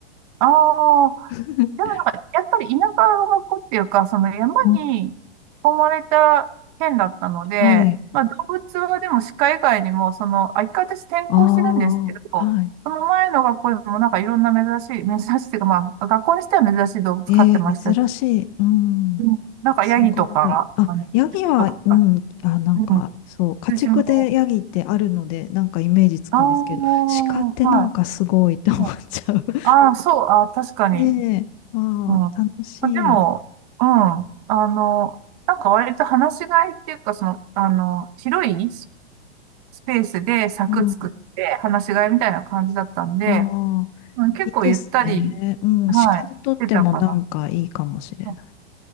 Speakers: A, on the right; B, on the left.
A: ああ、
B: <laughs>
A: でもなんか、やっぱり田舎の子っていうか、その山に囲
B: うん、
A: まれた県だったので、
B: はい。
A: まあ動物はでも鹿以外にも、その、あ、一回私転校してるんですけど、
B: ああ、はい。
A: その前の学校にもなんかいろんな珍しい、珍しいっていうか、まあ学校にしては珍しい動物飼ってましたし、
B: ええ珍しい。うん。
A: うんなんかヤギとか、
B: すごい。あ、
A: あの、
B: ヤギは、
A: 羊とか、
B: うん、あ、なんか、
A: うん、
B: そう、家畜でヤギってあるので、
A: 羊も、
B: なんかイメージつくんですけど、
A: ああ、は
B: 鹿ってなんかすごいって思っちゃう。
A: い。
B: <laughs>
A: ああー、そう、あー、確かに。
B: ねえ、ああ、
A: うん。あ
B: 楽しい。
A: でも、うん。あの、なんか割と話しがいっていうか、その、あの、広いススペースで柵作って話しがいみたいな感じだったんで、
B: うん。ああ、
A: うん、結構ゆったり、
B: いいですね。うん、
A: はい、
B: 鹿にとってもなんかいいかもしれない。
A: 出たかな。うん